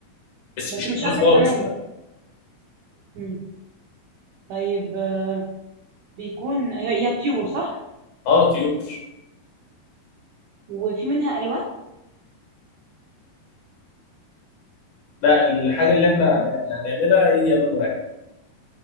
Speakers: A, on the left; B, on the right.
A: بس
B: بس
A: مش
B: مش
A: كبير
B: قد
A: خالص
B: الحمام
A: يعني
B: مم. طيب آه، بيكون هي هي طيور صح
A: اه طيور
B: وفي منها ألوان
A: لا الحاجة اللي احنا
B: في
A: هن- هنعملها هي لون واحد